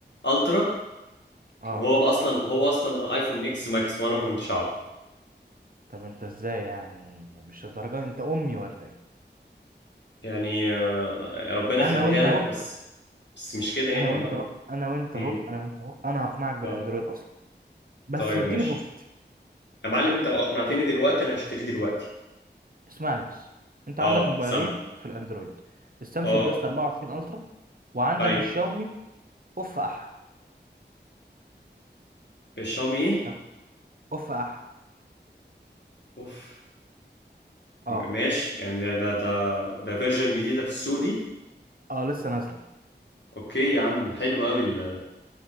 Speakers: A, on the left; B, on the right.
A: الترا
B: اه
A: وهو اصلا هو اصلا ايفون اكس ماكس وانا ما كنتش اعرف
B: طب انت ازاي يعني مش الدرجه دي؟ انت امي ولا ايه
A: يعني آه، ربنا
B: انا
A: يخليها
B: وانت
A: لك
B: اهو
A: بس بس مش كده يعني
B: انا وانت
A: يا معلم
B: اهو انا وانت
A: امم
B: اهو انا وانت اهو انا هقنعك بالاندرويد
A: اه
B: اصلا بس
A: طيب
B: اديني
A: ماشي
B: فرصتي
A: يا معلم انت لو اقنعتني دلوقتي انا هشتريه دلوقتي
B: اسمعني بس انت
A: اه
B: عندك موبايلين
A: سامع
B: في الاندرويد السامسونج
A: اه
B: اس 24 الترا وعندك
A: ايوه
B: الشاومي اوف اح
A: الشاومي ايه
B: تمام؟ اوف اح
A: اوف م-
B: اه
A: ماشي يعني ده ده ده ده فيرجن جديده في السوق دي
B: اه لسه نازله
A: اوكي يا عم حلو قوي ال